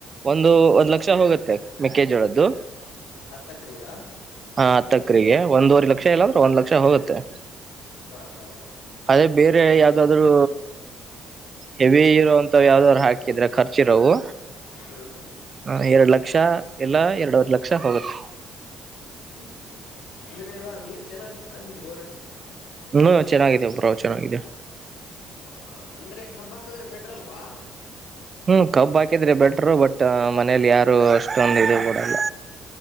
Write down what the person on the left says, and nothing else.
ಹತ್ತಕ್ರೀಗ
ಹಾ ಹಾ ಹಾ
ಹ್ಮ್ ಹ್ಮ್
ಹ್ಮ್ ಹ್ಮ್ ಅಂದ್ರೆ ನೀರ್ ಚೆನ್ನಾಗೈತಾ ನಿಮ್ ಬೋರಲ್ಲಿ
ಓ ಹಾ ಅಂದ್ರೆ ಕಬ್ಬು ಹಾಕದ್ರೆ ಬೆಟ್ರ ಅಲ್ವಾ